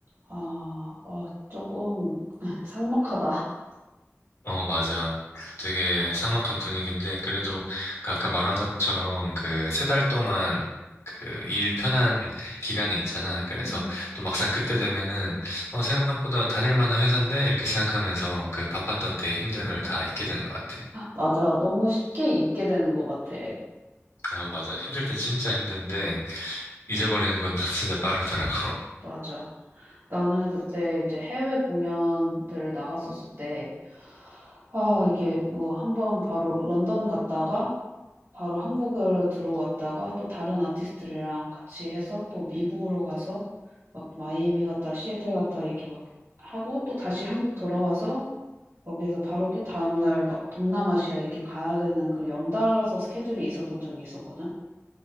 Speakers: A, on the right (about 55°); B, on the left (about 70°).
A: 아. 아 조금 <laughs> 삭막하다.
B: 어, 맞아. 되게 삭막한 분위기인데, 그래도 그 아까 말한 것처럼 그 세 달 동안 그 일 편한 기간이 있잖아. 그래서
A: 음.
B: 또 막상 그때 되면은, 어, 생각보다 다닐 만한 회사인데? 이렇게 생각하면서 그 바빴던 때의 힘듦을 다 잊게 되는 것 같아.
A: 맞아. 너무 쉽게 잊게 되는 것 같아.
B: 어, 맞아. 힘들 때 진짜 힘든데, 잊어버리는 건 <laughs> 진짜 빠르더라고.
A: 맞아. 나는 그때 이제 해외 공연들을 나갔었을 때 아 이게 뭐 한번 바로 런던 갔다가 바로 한국으로 들어왔다가 또 다른 아티스트들이랑 같이 해서 또 미국으로 가서 막 마이애미 갔다 시애틀 갔다 이렇게 막 하고 또 다시 한국 돌아와서 거기에서 바로 또 다음날 막 동남아시아 이렇게 가야 되는 그런 연달아서 스케줄이 있었던 적이 있었거든.